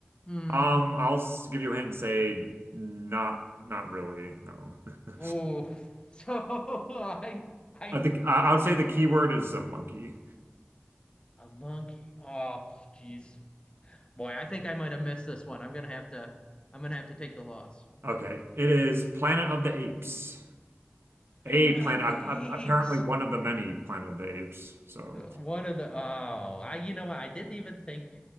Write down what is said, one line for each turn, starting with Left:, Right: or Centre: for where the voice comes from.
Left: Hmm.
Right: Um, I'll s- give you a hint and say not not really. No. <laughs>
Left: Oh, so <laughs> I, I,
Right: I think I I would say the key word is a monkey.
Left: a monkey. Oh, jeez. Boy, I think I might have missed this one. I'm gonna have to, I'm gonna have to take the loss.
Right: Okay, it is Planet of the Apes.
Left: Planet
Right: A planet,
Left: of the
Right: a-
Left: Apes.
Right: a- apparently one of the many Planet of the Apes. So,
Left: Uh, One of the, oh, I, you know, I didn't even think,